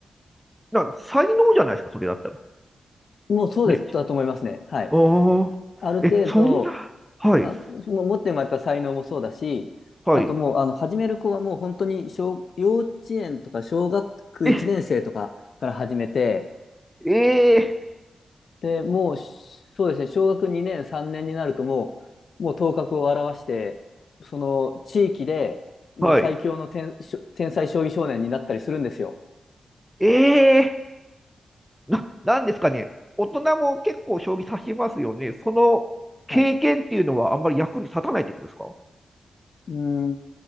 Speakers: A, in the centre; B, on the left.
A: う、なんか才能じゃないですか、それだったら。
B: もうそうです、
A: ね。
B: だと思いますね。はい。
A: おー。
B: ある程度、
A: え、そんな。はい、
B: あ、もう持って生まれた才能もそうだし、
A: はい。
B: あともう、あの、始める子はもう本当に小、幼稚園とか小学1年生とかから始めて、
A: え、え
B: で、もう、そうですね、小学2年、3年になるともう、もう頭角を現して、その地域でもう最強の天、
A: ー、はい。
B: 天才将棋少年になったりするんですよ。
A: えー、な、なんですかね、大人も結構将棋指しますよね。その経験っていうのはあんまり役に立たないってことですか
B: はい。うん、